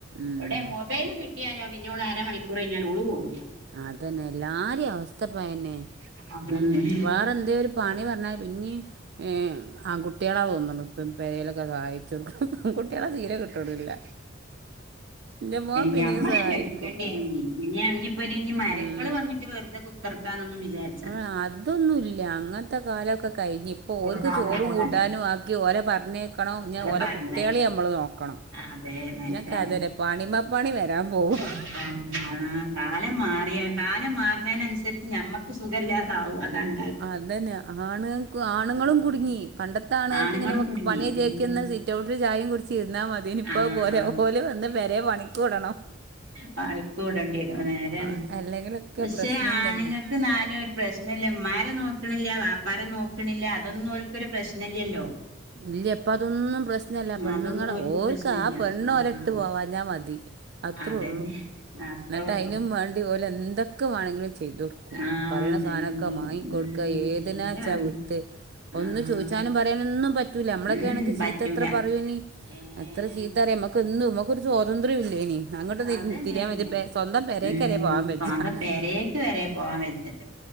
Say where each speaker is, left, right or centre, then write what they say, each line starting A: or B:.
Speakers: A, on the right; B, on the right.
A: ഉം
B: എവിടെ മൊബൈല് കി കിട്ടിയാലോ പിന്നോള് അരമണിക്കൂർ കഴിഞ്ഞാലും ഓള് പോകൂല.
A: അതെന്നെ എല്ലാരേം അവസ്ഥ ഇപ്പ അയന്നെ
B: അതന്നെ
A: ഉം വേറെന്തെ ഒരു പണി പറഞ്ഞാൽ പിന്നെ ഏ ആൺകുട്ടികളാ തോന്നണ് ഇപ്പം പെരെലൊക്കെ സഹായി ച്ചൊടുക്കുന്ന പെൺകുട്ടികളെ തീരെ കിട്ടണില്ല. ന്റെ മോൻ പിന്നേം
B: ഞമ്മളന്നെ
A: സഹായിക്കും.
B: എടുക്കേണ്ടി വരും ഇനി അനിപ്പൊരു മരുക്കൾ
A: ഉം
B: വന്നിട്ട് വെറുതെ കുത്തർക്കാന്നൊന്നും വിചാരി
A: ആ അതൊന്നുല്ല അങ്ങനത്തെ കാലക്കെ കഴിഞ്ഞ് ഇപ്പൊ
B: വിചാരിച്ചണ്ട
A: ഓര്ക്ക് ചോറും കൂട്ടാനും ആക്കി ഓരെ പറഞ്ഞ് ക്കണം ഇഞ്ഞ്
B: അത്
A: ഓലെ
B: പറഞ്ഞയക്ക
A: കുട്ടികളേം നമ്മള് നോക്കണം.
B: അതെ നേരാണ്
A: ഇഞ്ഞൊക്കെ അതന്നെ പണിമപ്പണി വരാൻ പോവും
B: <unintelligible> കാലം മാറിയ കാലം മാറണേനസരിച്ച് ഞമ്മക്ക് സുഖല്ലാതാവും അതാണ്.
A: അതന്നെ ആണുങ്ങക്കും ആണുങ്ങളും
B: ആഹ്
A: കുടുങ്ങി പണ്ടത്തെ ആണുങ്ങക്ക്
B: ആണുങ്ങളും
A: ഇങ്ങനെ
B: കുടുങ്ങി
A: പണി ചെയിക്ക്ന്ന
B: ഉം
A: സി സിറ്റോട്ടിൽ ചായേം കുടിച്ചിരുന്നാ മതിനി ഇപ്പോ
B: ആഹ്
A: അത് പോര ഓല് വന്ന് പെരെ പണിക്ക് കൂടണം.
B: പണിക്കൂടേണ്ടി വരും നേരാണ്
A: ആ, അല്ലെങ്കിലൊക്കെ
B: പഷെ
A: പ്രശ്നം
B: ആണുങ്ങക്ക്
A: തന്നെ
B: ന്നാലും ഒരു പ്രശ്നില്ല ഉമ്മാരെ നോക്കണില്ല വാപ്പാരെ നോക്കണില്ല അതൊന്നും ഓല്ക്കൊരു പ്രശ്നില്ലല്ലോ.
A: ഇല്ല ഇപ്പോ അതൊന്നും പ്രശ്നല്ല പെണ്ണുങ്ങള്
B: അതൊന്നും
A: ഓൽക്ക്
B: പ്രശ്നല്ല
A: ആ പെണ്ണ്
B: ആഹ്
A: ഓര്ട്ത്ത് പോവാ ഞ്ഞാ മതി അത്രുള്ളൂ
B: അതന്നെ അത്രേ
A: എന്നിട്ട്
B: ഉള്ളൂ
A: അയിനും മേണ്ടി ഓല് എന്തൊ ക്കെ വേണെങ്കിലും ചെയ്തു കൊടുക്കും
B: ആഹ്
A: പറയണ
B: നേര്
A: സാധനൊക്കെ
B: നേര്
A: മാങ്ങിക്കൊടുക്കും
B: ഉം
A: ഏതിനാച്ചാ
B: നേരാണ്
A: വിട്ട് ഒന്ന്
B: ആഹ്
A: ചോദിച്ചാനും പറയാനൊന്നും പറ്റൂല നമ്മളൊക്കാണെങ്കി
B: ഉം പറ്റൂല
A: ചീത്ത എത്ര പറ പറയോനി
B: ഏഹ്
A: എത്ര ചീത്തറിയ നമക്ക് ഒന്നും നമ്മക്കൊരു സ്വാതന്ത്ര്യം ഇല്ലേനി. അങ്ങോട്ട്
B: അതങ്ങനെന്നെ
A: തിരിയാൻ വയ്യ സ്വന്തം പെരേക്ക് തന്നെ
B: ഉം
A: പോവാൻ പറ്റോ
B: സ്വന്തം പെരേക്ക് വരെ പോവാൻ വെച്ചല്ലോ